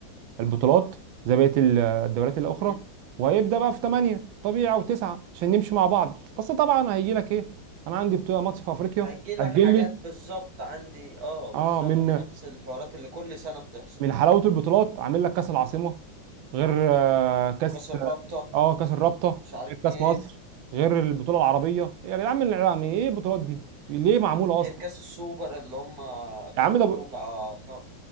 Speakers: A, on the right; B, on the right.
A: البطولات زي بقية ال- الدوريات الأخرى
B: امم
A: وهيبدأ بقى في ثمانية طبيعي أو تسعة عشان نمشي مع بعض بس طبعا هيجي لك إيه أنا عندي بطولة ماتش في أفريقيا
B: هيجي لك
A: أجل
B: حاجات
A: لي
B: بالظبط عندي اه
A: أه
B: بالظبط
A: من
B: نفس الحوارات اللي كل سنه بتحصل
A: من حلاوة البطولات عامل لك كأس العاصمة غير آه، كأس
B: كاس الرابطه
A: أه كأس الرابطة
B: مش عارف
A: غير كأس
B: ايه
A: مصر غير البطولة العربية يعني يا عم يعني إيه البطولات دي ليه معمولة
B: غير
A: أصلا
B: كاس السوبر اللي هم خلوه
A: يا عم ده
B: بقى خ...